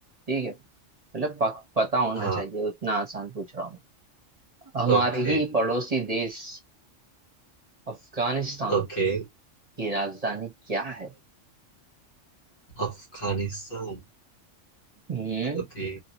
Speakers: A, on the right; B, on the left.
A: ठीक है मतलब पक- पता होना
B: हाँ
A: चाहिए उतना आसान पूछ रहा हूँ मैं। हमारे
B: ओके
A: ही पड़ोसी देश अफगानिस्तान
B: ओके
A: की राजधानी क्या है
B: अफगानिस्तान
A: हम्म
B: अभी